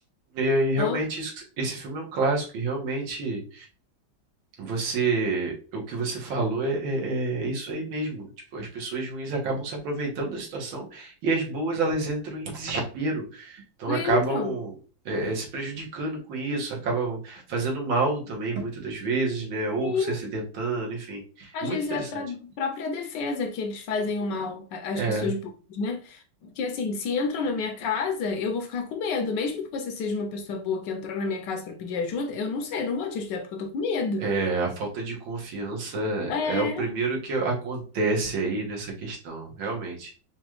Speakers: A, on the right; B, on the left.
A: E aí, realmente,
B: <laughs> Ó,
A: isso, que- esse filme é um clássico, e realmente você, o que você falou é, é- é isso aí mesmo. Tipo, as pessoas ruins acabam se aproveitando da situação e as boas elas entram em desespero. Então
B: Leandro,
A: acabam é, é, se prejudicando com isso, acabam fazendo mal também muitas das vezes, né? Ou
B: sim.
A: se acidentando, enfim.
B: Às
A: Muito
B: vezes
A: interessante.
B: é para própria defesa que eles fazem o mal a- às
A: É,
B: pessoas boas, né? Porque, assim, se entram na minha casa, eu vou ficar com medo. Mesmo que você seja uma pessoa boa que entrou na minha casa para pedir ajuda, eu não sei, não vou te ajudar porque eu tô com medo.
A: é, a falta de confiança
B: É,
A: é o primeiro que acontece aí nessa questão, realmente.